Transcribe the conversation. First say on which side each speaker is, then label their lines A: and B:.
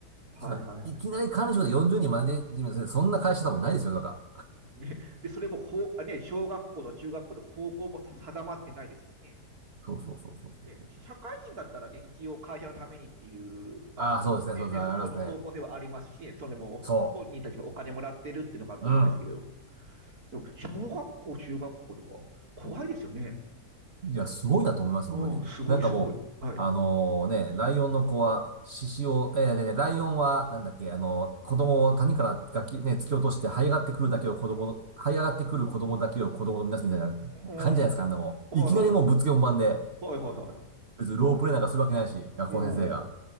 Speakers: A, on the right; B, on the right.
A: はい、
B: そんな、
A: はい、はい。
B: いきなり管理職で40人マネジメントする、そんな会社多分ないですよ、なんか。
A: ね、でそれも法ね、小学校と中学校と高校も定まってないですしね
B: そうそうそうそうそう。
A: ね、社会人だったらね、一応会社のためにっていう、まあねね、
B: ああ、そうですね、そうですね、
A: そその方向性はありますしね、
B: ありますね。
A: それも本人たちもお金もらってるっていうのがあると思うんですけど、
B: そう。うん。
A: でも小学校、中学校とか、怖いですよね。
B: いや、すごいなと思いますよ、
A: うん、
B: 本当に。
A: すごい、
B: なんかもう、
A: すごい。はい。
B: あのね、ライオンの子は、獅子を、えー、でライオンは、なんだっけ、あの子供を谷からがき、ね、突き落として、這い上がってくるだけを子供の、這い上がってくる子供だけを子供とみなすみたいな感じじゃないですか、
A: うん、はい
B: あんなもん。
A: は
B: いきなりもうぶっつけ本番で、
A: い、はいはいは
B: 別にロープレイなんかするわけないし、学校先生が。
A: い。うん、